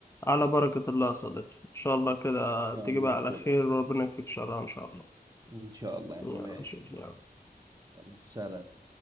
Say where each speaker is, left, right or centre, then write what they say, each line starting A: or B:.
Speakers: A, on the left; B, on the right.
A: على بركة الله يا صديقي ان شاء الله كده تجيبها
B: ان شاء الله
A: على
B: خير
A: خير
B: يعني
A: وربنا يكفيك شرها ان شاء الله
B: ان شاء الله يا عم
A: يلا
B: ماشي
A: شكرا
B: يلا سلام